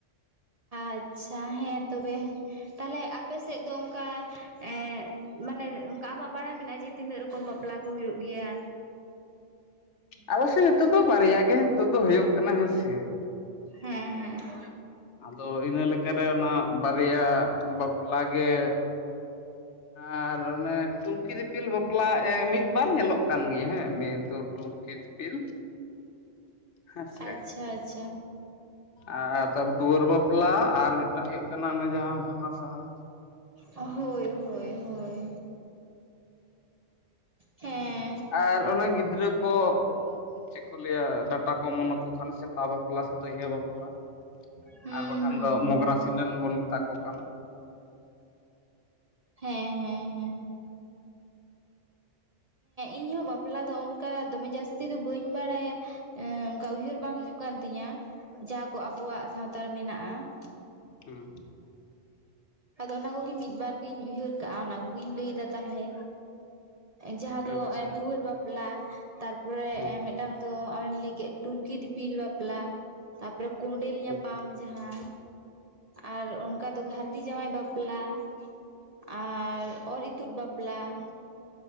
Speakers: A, on the right (about 35°); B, on the left (about 65°).
A: ᱟᱪᱪᱷᱟ ᱦᱮᱸ ᱛᱚᱵᱮ ᱛᱟᱦᱚᱞᱮ ᱟᱯᱮ ᱥᱮᱫ ᱫᱚ ᱚᱱᱠᱟ ᱮᱸ ᱢᱟᱱᱮ ᱚᱱᱠᱟ ᱟᱢᱟᱜ ᱵᱟᱲᱟᱭ ᱢᱮᱱᱟᱜᱼᱟ, ᱡᱮ ᱛᱤᱱᱟᱹᱜ ᱨᱚᱠᱚᱢ ᱵᱟᱯᱞᱟ ᱠᱚ ᱦᱩᱭᱩᱜ ᱜᱮᱭᱟ?
B: ᱟᱞᱮ ᱥᱮ ᱱᱤᱛᱚᱜ ᱫᱚ ᱵᱟᱨᱭᱟ ᱜᱮ ᱱᱤᱛᱚᱜ ᱫᱚ ᱦᱩᱭᱩᱜ ᱠᱟᱱᱟ, ᱦᱮᱸ ᱥᱮ ᱾
A: ᱦᱮᱸ ᱦᱮᱸ ᱾
B: ᱟᱫᱚ ᱤᱱᱟᱹ ᱞᱮᱠᱟ ᱨᱮ ᱚᱱᱟ ᱵᱟᱨᱭᱟ ᱵᱟᱯᱞᱟᱜ ᱜᱮ ᱟᱸᱻᱨ ᱚᱱᱮ ᱴᱩᱢᱠᱤ ᱫᱤᱯᱤᱞ ᱵᱟᱯᱞᱟ ᱢᱤᱫᱵᱟᱨ ᱧᱮᱞᱚᱜ ᱠᱟᱱ ᱜᱮᱭᱟ ᱦᱮᱸ ᱱᱤᱭᱟᱹ ᱫᱚ ᱴᱩᱢᱠᱤ ᱫᱤᱯᱤᱞ ᱦᱮᱸᱥᱮ
A: ᱟᱪᱪᱷᱟ ᱟᱪᱪᱷᱟ
B: ᱟᱨ ᱛᱟᱯᱚᱨ ᱫᱩᱣᱟᱹᱨ ᱵᱟᱯᱞᱟ ᱟᱨ ᱢᱤᱫᱴᱟᱝ ᱦᱩᱭᱩᱜ ᱠᱟᱱᱟ ᱚᱱᱮ ᱡᱟᱦᱟᱸ ᱵᱟᱦᱟ ᱥᱟᱶᱦᱟ
A: ᱦᱳᱭ ᱦᱳᱭ ᱦᱳᱭ ᱦᱮᱸ
B: ᱟᱨ ᱚᱱᱟ ᱜᱤᱫᱽᱨᱟᱹ ᱠᱚ ᱪᱮᱫ ᱠᱚ ᱞᱟᱹᱭᱟ ᱰᱟᱴᱟ ᱠᱚ ᱚᱢᱚᱱ ᱟᱠᱚ ᱠᱷᱟᱱ ᱥᱮᱛᱟ ᱵᱟᱯᱞᱟ ᱥᱮ ᱫᱟᱹᱭᱦᱟᱹ ᱵᱟᱯᱞᱟ ᱾
A: ᱦᱩᱸ
B: ᱟᱨ ᱵᱟᱠᱷᱟᱱ
A: ᱦᱩᱸ
B: ᱫᱚ ᱢᱚᱜᱽᱨᱟ ᱥᱤᱱᱟᱹᱱ ᱵᱚᱱ ᱢᱮᱛᱟ ᱠᱚ ᱠᱟᱱ ᱾
A: ᱦᱮᱸ ᱦᱮᱸ ᱦᱮᱸ ᱤᱧ ᱦᱚᱸ ᱵᱟᱯᱞᱟ ᱫᱚ ᱚᱱᱠᱟ ᱫᱚᱢᱮ ᱡᱟᱹᱥᱛᱤ ᱫᱚ ᱵᱟᱹᱧ ᱵᱟᱲᱟᱭᱟ ᱮᱸ ᱠᱟ ᱩᱭᱦᱟᱹᱨ ᱵᱟᱝ ᱦᱤᱡᱩᱜ ᱠᱟᱱ ᱛᱤᱧᱟᱹ ᱡᱟᱦᱟᱸ ᱠᱚ ᱟᱵᱚᱣᱟᱜ ᱥᱟᱶᱛᱟ ᱮ ᱢᱮᱱᱟᱜᱼᱟ ᱾
B: ᱦᱩᱸ ᱾
A: ᱟᱫᱚ ᱚᱱᱟ ᱠᱚᱜᱤ ᱢᱤᱫ ᱵᱟᱨ ᱜᱤᱧ ᱩᱭᱦᱟᱹᱨ ᱠᱟᱜᱼᱟ, ᱚᱱᱟ ᱚᱱᱟᱜᱤᱧ ᱞᱟᱹᱭ ᱫᱟ ᱛᱟᱞᱦᱮ ᱡᱟᱦᱟᱸ
B: ᱟᱪᱪᱷᱟ
A: ᱫᱚ ᱫᱩᱣᱟᱹᱨ ᱵᱟᱯᱞᱟ ᱛᱟᱨᱯᱚᱨᱮ
B: ᱦᱩᱸ
A: ᱮᱸ ᱢᱮ ᱴᱟᱝ ᱫᱚ ᱟᱢᱮᱢ ᱞᱟᱹᱭ ᱠᱮᱫ ᱴᱩᱝᱠᱤ ᱫᱤᱯᱤᱞ ᱵᱟᱯᱞᱟ ᱾ ᱛᱟᱯᱚᱨᱮ ᱠᱳᱸᱰᱮᱞ ᱧᱟᱯᱟᱢ
B: ᱦᱩᱸ
A: ᱡᱟᱦᱟᱸ ᱟᱨ ᱚᱱᱠᱟ ᱫᱚ ᱜᱟᱹᱨᱫᱤ ᱡᱟᱶᱟᱭ ᱵᱟᱯᱞᱟ ᱾ ᱟᱨ ᱚᱨᱼᱤᱛᱩᱫ ᱵᱟᱯᱞᱟ ᱾